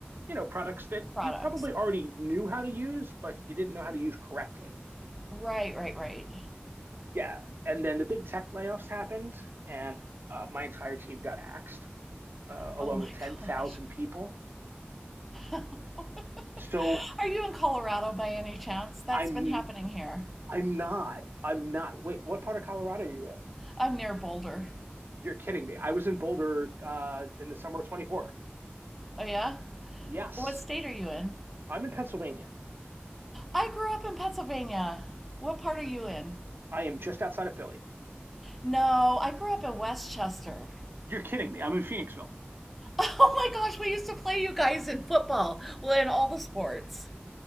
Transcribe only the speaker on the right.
you know, products that
you probably already knew how to use, but you didn't know how to use correctly.
Yeah, and then the big tech layoffs happened, and uh, my entire team got axed, uh, along
with 10,000
people.
So
I'm
I'm not I'm not. Wait, what part of Colorado are you in?
You're kidding me. I was in Boulder uh, in the summer of 24.
Yes,
I'm in Pennsylvania.
I am just outside of Philly.
You're kidding me. I'm in Phoenixville.